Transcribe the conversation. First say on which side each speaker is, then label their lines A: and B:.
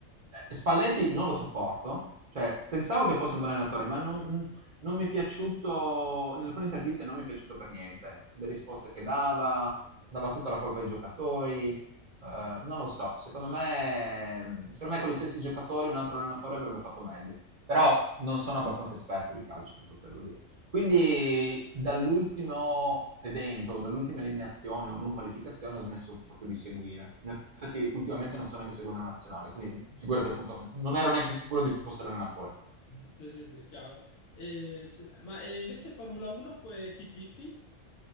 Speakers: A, on the right; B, on the left.
A: Ehm, Spalletti non lo sopporto, cioè
B: Ah,
A: pensavo che fosse un buon allenatore, ma non mhmm, non mi è piaciuto in alcune interviste non mi è piaciuto per niente. Le risposte
B: no.
A: che dava, dava tutta la colpa ai giocatori, uhm, non lo so, secondo me secondo me con gli stessi giocatori un altro allenatore avrebbe fatto meglio, però non sono abbastanza esperto di calcio per poterlo dire. Quindi dall'ultimo evento, dall'ultima eliminazione o non qualificazione ho smesso proprio di seguire. In effetti ultimamente non sto neanche seguendo la nazionale, quindi figurati appunto, non ero neanche sicuro di chi fosse l'allenatore.
B: Mm, Sì, sì, sì, chiaro. E ci sta- ma e invece Formula 1 que- chi tifi?